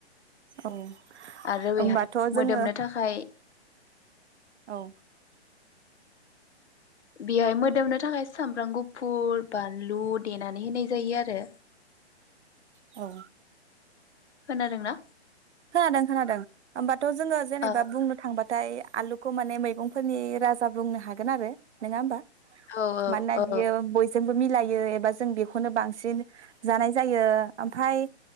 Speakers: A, on the right; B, on the left.
A: औ
B: आरो
A: होमबाथ'
B: बेहाय
A: जोङो
B: मोदोमनो थाखाय
A: औ।
B: बेहाय मोदोमनो थाखाय सामब्राम गुफुर बानलु देनानै होनाय जायो आरो।
A: औ।
B: खोनादोंना
A: खोनादों खोनादों। होमबाथ जोङो जेनेबा
B: ओ
A: बुंनो थांबाथाय आलु खौ माने मैगंफोरनि राजा बुंनो हागोन आरो। नोङा होमबा?
B: औ
A: मानोना
B: औ
A: बियो बयजोंबो मिलायो। एबा जों बेखौनो बांसिन जानाय जायो। ओमफाय